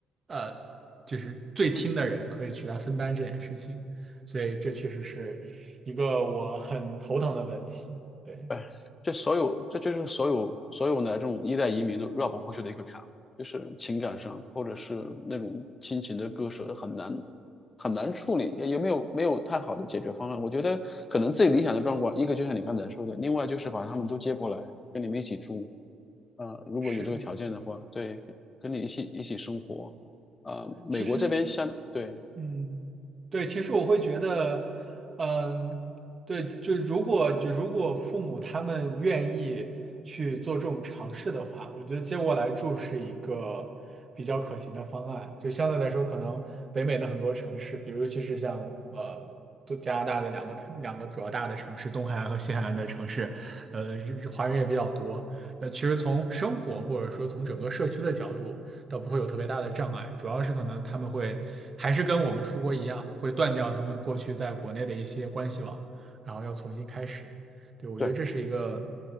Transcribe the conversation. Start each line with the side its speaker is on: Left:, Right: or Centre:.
Right: 呃，就是最亲的人可以去来分担这件事情，所以这确实是一个我很头疼的问题。对，
Left: 哎这所有，这就是所有所有的这种一代移民都绕不过去的一个坎，就是情感上或者是那种亲情的割舍很难很难处理，也也没有没有太好的解决方案。我觉得可能最理想的状况，一个就像你刚才说的，另外就是把他们都接过来跟你们一起住，呃，如果有这个条件的话，
Right: 是，
Left: 对，跟你一起一起生活，呃，美国这边相对
Right: 其实。嗯，对，其实我会觉得，嗯，对，就如果就如果父母他们愿意去做这种尝试的话，我觉得接过来住是一个比较可行的方案。就相对来说，可能北美的很多城市，比如尤其实像呃，都加拿大的两个两个主要大的城市，东海岸和西海岸的城市，呃，日华人也比较多。呃，其实从生活或者说从整个社区的角度。倒不会有特别大的障碍，主要是可能他们会还是跟我们出国一样，会断掉他们过去在国内的一些关系网，然后要重新开始。对，我觉得这是一个
Left: 对。